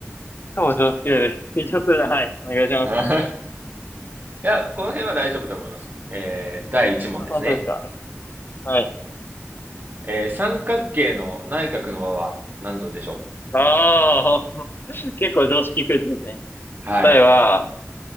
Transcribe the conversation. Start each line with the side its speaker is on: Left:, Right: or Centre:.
Left: 超上級です。緊張するな。はい。お願いします。
Right: <laughs> いや、この辺は大丈夫だと思います。えー、第1問ですね。
Left: あ、本当ですか。はい。
Right: えー、三角形の内角の和は何度でしょ
Left: ああ、<laughs> 結構常識クイズですね。
Right: うはい。
Left: 答えは、